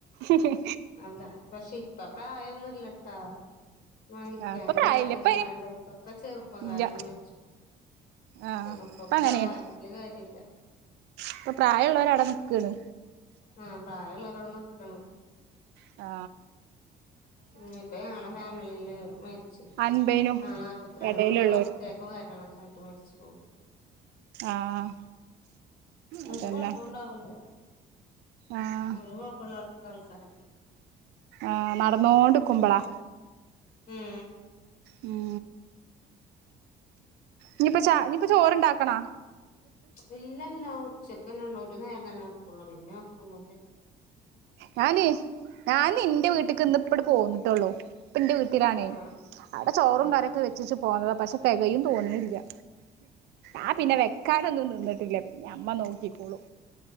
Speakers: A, on the right; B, on the left.
A: ഉം
B: അതാ പക്ഷെ ഇപ്പ പ്രായൊന്നല്ലട്ടാ മരിക്കൻ
A: ആഹ് ഇപ്പൊ പ്രായല്ല
B: പ്രായമൊന്നും
A: ഇപ്പ
B: വേണ്ട ഇപ്പൊക്കെ ചെറുപ്പം
A: ഇല്ല
B: കാരണം വെച്ച
A: ആഹ്
B: ചെറുപ്പപ്പ
A: ഇപ്പ അങ്ങനെയാണ്
B: പറായട്ടല് കാര്യില്ല
A: ഇപ്പൊ പ്രായമുള്ളവര അവിട നിക്കാണ്
B: ആഹ പ്രായൾ ഒരോടെ നക്കണം
A: ആ
B: ഉ ഇപ്പൊ ഞങ്ങളെ ഫാമിലിയില് മേച്ച
A: അൻപയിനും
B: ആ നാല്പത്തി രണ്ട
A: എടയിലുള്ളോര്
B: വത്തിയാക്കും കര കട്ട് മരിച്ചു പോകും
A: ആഹ് അതന്നെ
B: ഒരു കുഴപ്പം ഉണ്ടാവൂല
A: ആഹ്
B: ഒരുപ്പള്ളത്ത താണ്ക്കാര
A: ആഹർ നടന്നോണ്ട്ിരിക്കുമ്പളാ
B: ഉം
A: ആ ഇനിപ്പ ച ഇനിപ്പോ ചോറണ്ടാക്കണ
B: ഇല്ലല്ല ഉച്ചക്കന്നെ ഉള്ള ഒരു നേരം തന്നെ നോക്കള്ളൂ പിന്നെ നോക്കന്നല്ല
A: ഞാന് ഞൻ എറെ വീട്ടക്ക് ഇന്ന് ഇപ്പ പോന്നിട്ടുള്ളൂ ഇപ്പ എന്റെ വീട്ടിലാണേ
B: ആഹ്
A: അവിടെ ചോറും
B: ആഹ്
A: കരയൊക്കെ വെച്ചി പോന്നത പക്ഷെ തികയും തോന്നുന്നില്ല
B: ആഹ്
A: ആ പിന്നെ വെക്കാനൊന്നുംു വന്നിട്ടില്ല പിന്നെ അമ്മ നോക്കിിക്കോളു